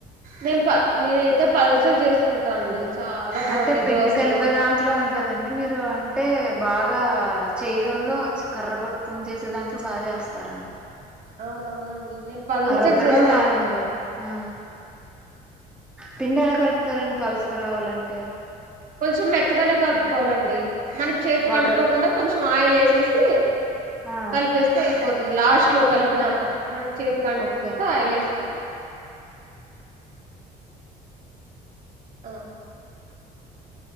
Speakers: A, on the right; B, in the centre.
A: నేను ప నేనైతే పల్చగా చేసుకుంటానండి చాలా బాగుంటాయి
B: అంటే పిండి
A: దోశలు
B: కలిపే దాంట్లో ఉంటదండి మీరు అంటే బాగా
A: అవును
B: చేయడంలో కర్ర పట్టుకొని చేసే దాంట్లో బాగా చేస్తారు అనుకుం
A: అవునవునండి నేను పల్చగ
B: రుద్దడం
A: చేస్తానండి
B: రాదండి ఆ పిండి ఎలా కలుపుతారండి పల్సగా రావాలంటే
A: కొంచెం మెత్తగానే కలుపుకోవాలండి మనకి చేతికి
B: వాటర్
A: అంటుకోకుండా
B: ఎక్కువ
A: కొంచెం ఆయిల్ వేసేసి
B: ఆ
A: కలిపేస్తే అయిపోతుం లాస్ట్ లో కలిపినాక మనకి చేతికి అంటుకోకుండా
B: ఓకే
A: ఆయిలేసుకోవాలి ఆ